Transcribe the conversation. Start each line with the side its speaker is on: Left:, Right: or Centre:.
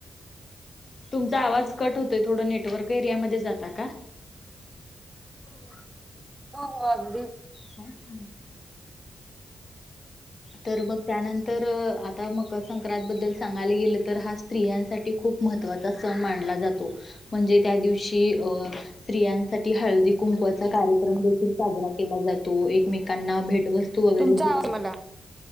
Left: तुमचा आवाज कट होतोय थोडं नेटवर्क एरियामध्ये जाता का? हो
Right: हो हो अगदी
Left: सांग की मग तर मग त्यानंतर आता मकर संक्रांत बद्दल सांगायला गेलं तर हा स्त्रियांसाठी खूप खूप महत्वाचा सण मानला जातो म्हणजे त्या दिवशी स्त्रियांसाठी हळदीकुंकू कुंकवाचा कार्यक्रम देखील साजरा केला जातो, एकमेकांना भेटवस्तू वस्तू वगैरे
Right: तुमचा
Left: दिल्या
Right: आवाज मला